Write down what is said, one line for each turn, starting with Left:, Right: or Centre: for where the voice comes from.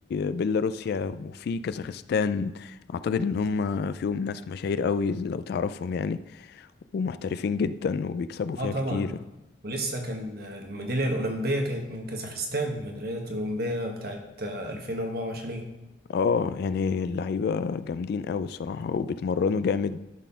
Left: بيلاروسيا وفي كازاخستان اعتقد ان هم فيهم ناس مشاهير قوي لو تعرفهم يعني ومحترفين جدا وبيكسبوا فيها
Right: اه طبعا
Left: كتير
Right: ولسه كان الميدالية الأولمبية كانت من كازاخستان الميدالية الأولمبية بتاعت 2024
Left: اه يعني اللعيبة جامدين قوي الصراحة وبيتمرنوا جامد